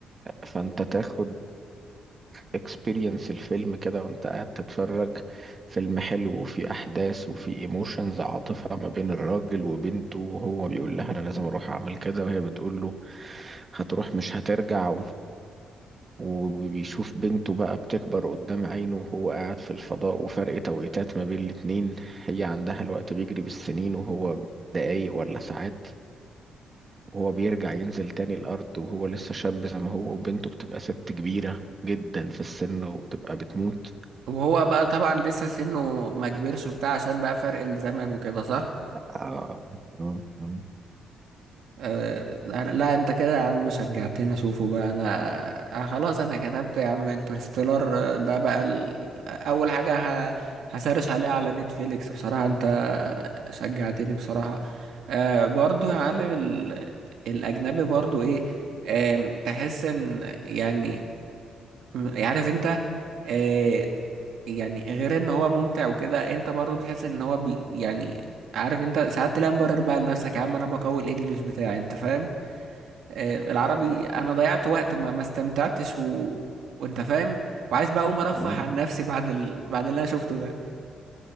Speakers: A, on the right (about 30°); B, on the right (about 70°).
A: فانت تاخد اكسبيرينس الفيلم كده وانت قاعد تتفرج فيلم حلو وفي احداث وفي ايموشنز عاطفة ما بين الراجل وبنته وهو بيقول لها انا لازم اروح اعمل كده وهي بتقول له هتروح مش هترجع وبيشوف بنته بقى بتكبر قدام عينه وهو قاعد في الفضاء وفرق توقيتات ما بين الاتنين هي عندها الوقت بيجري بالسنين وهو دقايق ولا ساعات وهو بيرجع ينزل تاني الأرض وهو لسه شاب زي ما هو وبنته بتبقى ست كبيرة جدا في السن وبتبقى بتموت
B: وهو بقى طبعا لسه سنه ما كبرش وبتاع عشان بقى فرق الزمن وكده صح
A: آه. آه. آه.
B: أه لا لا، انت كده يا عم شجعتني اشوفه بقى انا أه خلاص انا كتبت يا عم انترستيلر آه، ده بقى ال... آه، اول حاجة ه... هسرش عليها على نتفليكس بصراحة انت شجعتني بصراحة أه برضو يا معلم ال... الاجنبي برضو ايه أم، تحس ان يعني عارف انت أه يعني غير ان هو ممتع وكده انت برضو بتحس ان هو بي... يعني عارف انت ساعات تلاقي مبرر بقى لنفسك يا عم انا بقوي الانجليش بتاعي انت فاهم آه، العربي انا ضيعت وقت وما ما استمتعتش و... وانت فاهم وعايز بقى اقوم ارفه
A: مم.
B: عن نفسي بعد ال... بعد اللي انا شفته ده